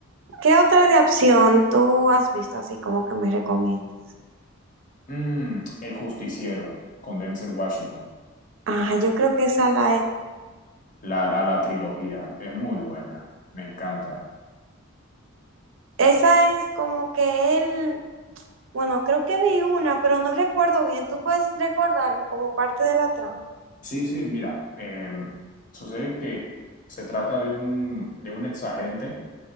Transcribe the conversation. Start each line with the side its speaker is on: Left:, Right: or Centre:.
Right: ¿Qué otra de acción tú has visto así como que me recomiendas?
Left: Mm, El Justiciero con Denzel Washington.
Right: Ah, yo creo que esa la es.
Left: La, la, la trilogía es muy buena, me encanta.
Right: Esa es como que él Bueno, creo que vi una, pero no recuerdo bien. ¿Tú puedes recordarme como parte de la trama?
Left: Sí, sí, mira, em, sucede que se trata de un, de un exagente